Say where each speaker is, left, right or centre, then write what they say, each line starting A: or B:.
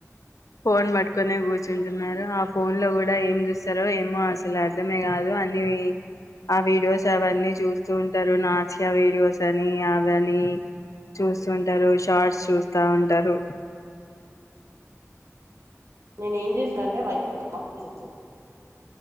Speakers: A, on the left (about 80°); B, on the right (about 65°).
A: ఫోన్ పట్టుకొనే కూర్చుంటున్నారు ఆ ఫోన్ లో కూడా ఏం చూస్తారో ఏమో అసలు అర్ధమే కాదు అని ఆ వీడియోస్ అవన్నీ చూస్తూ ఉంటారు నాసియా వీడియోస్ అని అవని చూస్తూంటారు చార్ట్స్ చూస్తా ఉంటారు
B: నేను ఏం చేసి అంటే వైఫై ఆఫ్ చేసేస్తా చె